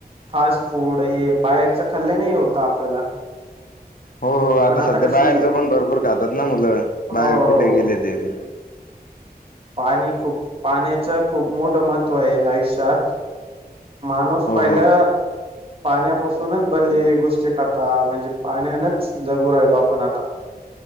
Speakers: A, on the right; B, on the left.
A: फास्ट फूड हे बाहेरच खाल्ल्याने होत आपल्याला.
B: हो हो
A: पण
B: आता सध्या
A: कसं
B: बाहेरच
A: आहे
B: पण भरपूर खातात ना मुलं बाहेर
A: हो
B: कुठे
A: हो
B: गेले
A: हो
B: तरी.
A: पाणी खूप पाण्याच खूप मोठ महत्त्व आहे आयुष्यात. माणूस
B: हो
A: पाहिला
B: हो
A: पाण्यापासूनच बनलेली गोष्टी खाता म्हणजे पाण्यानच जगू राहिलो आपण आता.